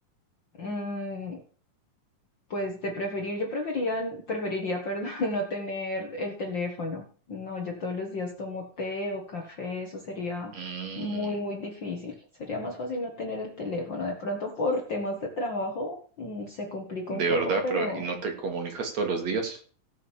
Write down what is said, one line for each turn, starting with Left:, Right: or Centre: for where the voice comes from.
Left: mm, Pues de preferir, yo prefería, preferiría, <laughs> perdón, no tener el teléfono. No, yo todos los días tomo té o café, eso sería
Right: Mm,
Left: muy, muy difícil. Sería más fácil no tener el teléfono. De pronto por temas de trabajo mm, se complica
Right: de
Left: un poco,
Right: verdad,
Left: pero
Right: pero ¿y no te comunicas todos los días?